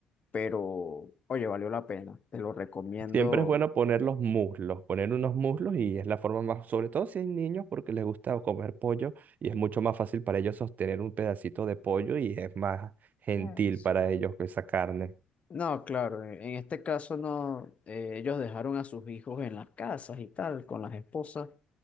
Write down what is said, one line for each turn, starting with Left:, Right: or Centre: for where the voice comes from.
Left: pero oye, valió la pena, te lo recomiendo.
Right: Siempre es bueno poner los muslos, poner unos muslos y es la forma más, sobre todo si hay niños porque les gusta comer pollo y es mucho más fácil para ellos sostener un pedacito de pollo y es más gentil
Left: Ah, sí.
Right: para ellos que esa carne.
Left: No, claro, en en este caso no, eh, ellos dejaron a sus hijos en las casas y tal, con las esposas.